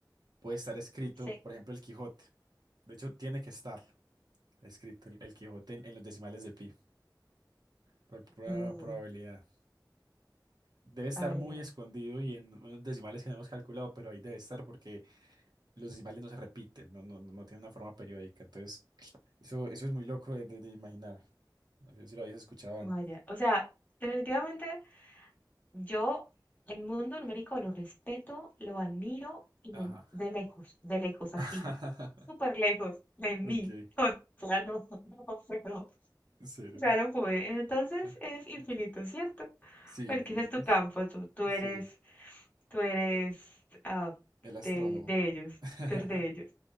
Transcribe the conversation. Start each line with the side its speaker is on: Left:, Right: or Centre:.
Right: Puede estar escrito,
Left: sí,
Right: por ejemplo, el Quijote. De hecho, tiene que estar escrito el, el Quijote en, en los decimales de pi, por pura
Left: que,
Right: probabilidad. Debe estar
Left: vaya,
Right: muy escondido y en unos decimales que no hemos calculado, pero ahí debe estar porque los decimales no se repiten, no, no, no tienen una forma periódica. Entonces... Eso, eso es muy loco de, de- de imaginar. No sé si lo habías escuchado
Left: vaya.
Right: antes.
Left: O sea, definitivamente yo el mundo numérico lo respeto, lo admiro y lo-
Right: Ajá.
Left: de lejos, de lejos, así,
Right: <laughs>
Left: súper lejos de mí.
Right: Ok,
Left: <laughs> O sea, no, no puedo.
Right: cero.
Left: Ya no pude. Entonces
Right: Ah,
Left: es infinito,
Right: ah.
Left: ¿cierto?
Right: Sí,
Left: Porque
Right: infinitas.
Left: ese es tu campo, tú, tú
Right: Sí,
Left: eres, tú eres ah,
Right: el astrónomo.
Left: de, de ellos,
Right: <laughs>
Left: tú eres de ellos.